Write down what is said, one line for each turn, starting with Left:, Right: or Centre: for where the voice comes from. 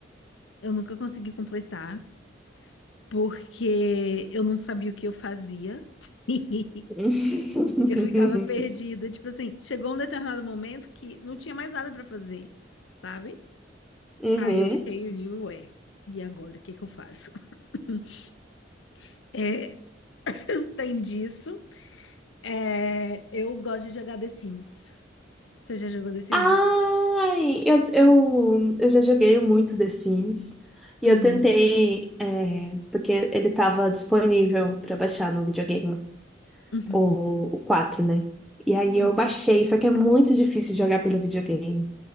Left: eu nunca consegui completar, porque eu não sabia o que eu fazia. <laughs>
Centre: <laughs>
Left: Eu ficava perdida, tipo assim, chegou um determinado momento que não tinha mais nada pra fazer, sabe?
Centre: Uhum.
Left: Aí eu fiquei, ué, e agora, o que que eu faço? <laughs> É, tem disso. É, eu gosto de jogar The Sims. Você já jogou The Sims?
Centre: Ai, eu, eu, eu já joguei muito The Sims. E
Left: Uhum,
Centre: eu tentei, é, porque ele estava disponível para baixar no videogame,
Left: uhum,
Centre: o, o quatro né? E aí
Left: uhum.
Centre: eu baixei, só que é muito difícil jogar pelo videogame.